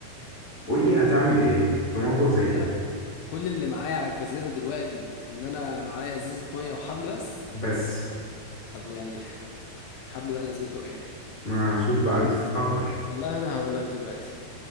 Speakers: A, on the left; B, on the left.
A: قول لي هتعمل ايه في موقف زي ده
B: انا كل اللي معايا على الجزيره دلوقتي ان انا معايا ازازه ميه وحبل بس
A: بس
B: طب يعني الحبل بقى لازمته ايه
A: ما شوف بقى
B: بص
A: انت فكر
B: والله انا هقول لك دلوقتي